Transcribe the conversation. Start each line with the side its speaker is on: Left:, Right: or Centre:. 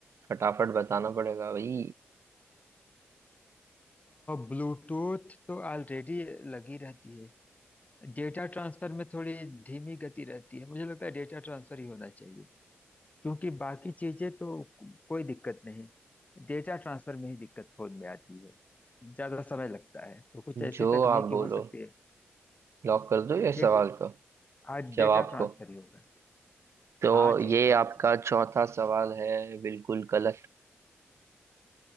Right: फटाफट बताना पड़ेगा भाई
Left: ब्लूटूथ तो ऑलरेडी लगी रहती है डेटा ट्रांसफर में थोड़ी धीमी गति रहती है मुझे लगता है डेटा ट्रांसफर ही होना चाहिए क्योंकि बाकी चीजें तो को- कोई दिक्कत नहीं डेटा ट्रांसफर में ही दिक्कत फोन में आती है ज्यादा समय लगता है तो कुछ ऐसी
Right: जो
Left: तकनीकी
Right: आप बोलो
Left: हो सकती है
Right: लॉक कर दो ये
Left: डेट
Right: सवाल को
Left: आज डेटा
Right: जवाब
Left: ट्रांसफर
Right: को
Left: ही होगा
Right: तो
Left: हाँ
Right: ये
Left: जी हाँ
Right: आपका
Left: जी
Right: चौथा सवाल है बिल्कुल गलत